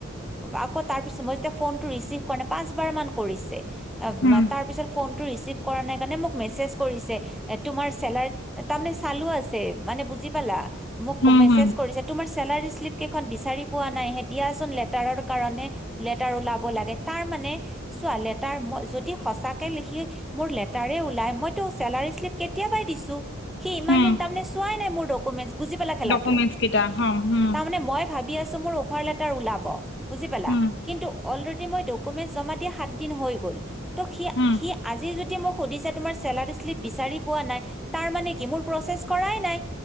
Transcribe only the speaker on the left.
হুম
হুম
হুম
হুম
ডকুমেন্টছ কেইটা হ হুম
হুম
হুম